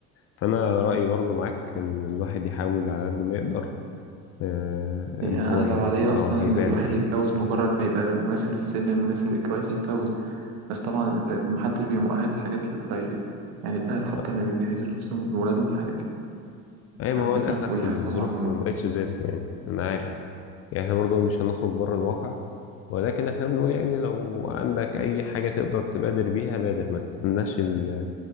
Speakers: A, on the left (about 35°); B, on the right (about 55°).
A: فانا رأيي برضو معاك ان الواحد يحاول على قد ما يقدر آه،
B: يعني
A: ان
B: أنا
A: هو ي...
B: لو عليا أصلا
A: اه يبادر
B: إن الواحد يتجوز مجرد ما يبقى مناسب للسن المناسب للجواز يتجوز بس طبعا ال- محدش بيبقى مؤهل للحاجات دي قليل يعني الأهل حتى
A: آه،
B: ما بيجهزوش نفسهم لولادهم الحاجات دي
A: اي ما
B: فاهم
A: هو
B: الفكرة
A: للاسف
B: ودي حاجة
A: الظروف
B: طبعا
A: ما بقتش زي زمان انا عارف يعني احنا برضو مش هنخرج بره الواقع ولكن احنا بنقول يعني لو عندك اي حاجة تقدر تبادر بيها بادر ما تستناش ال-